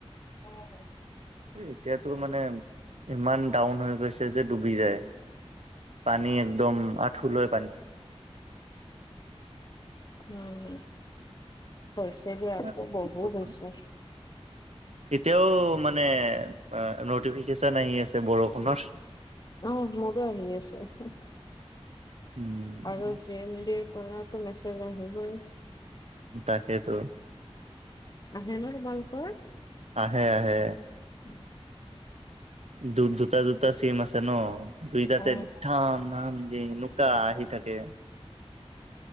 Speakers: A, on the left; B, on the right.
A: অ',
B: এতিয়াতো মানে ইমান ডাউন হৈ গৈছে যে ডুবি যায় পানী একদম আঁঠুলয় পানী
A: উম, হৈছে ইয়াতো
B: আৰু
A: বহুত
B: কি কব
A: হৈছে
B: এতিয়াও মানে নটিফিকেশ্যন আহি আছে বৰষুণৰ
A: উম, মোৰো আহি আছে
B: উম
A: আৰু জি এম ডি পৰাটো মেছেজ আহিবই
B: তাকেইেতো
A: আহে ন' তোমালোকৰ?
B: আহে, আহে
A: উম,
B: দু, দুটা-দুটা চিম আছে ন' দুইটাতে
A: অ
B: <unintelligible> দিয়ে এনেকুৱা আহি থাকে।